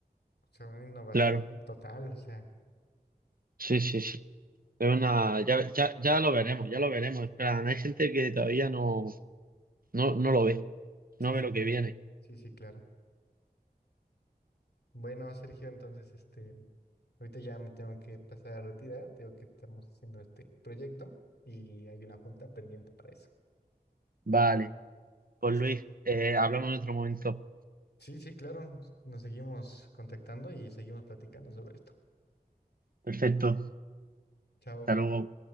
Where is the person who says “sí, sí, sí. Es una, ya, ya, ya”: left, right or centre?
Right